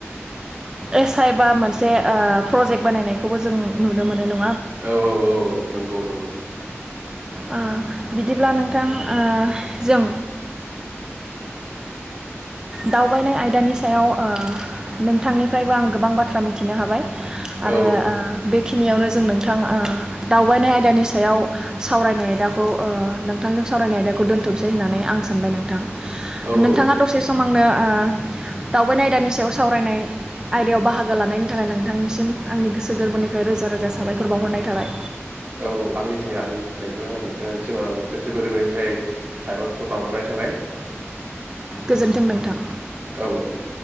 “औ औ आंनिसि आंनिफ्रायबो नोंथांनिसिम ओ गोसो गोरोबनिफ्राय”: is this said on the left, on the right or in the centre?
Right